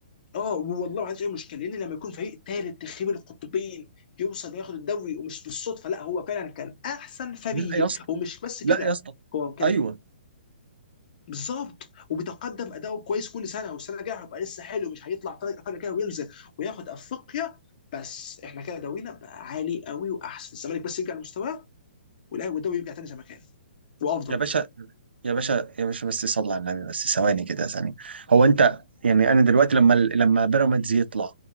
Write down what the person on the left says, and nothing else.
اه والله ما عنديش اي مشكله لان لما يكون فريق ثالث تخيب القطبين يوصل ياخد الدوري ومش بالصدفه لا هو فعلا كان احسن فريق
ومش بس
كده
هو كان
بالظبط وبيتقدم اداؤه كويس كل سنه والسنه الجايه هيبقى لسه حلو مش هيطلع طريق فجاه كده وينزل وياخد افريقيا بس احنا كده دورينا بقى عالي قوي واحسن الزمالك بس يرجع لمستواه والاهلي والدوري يرجع تاني زي ما كان وافضل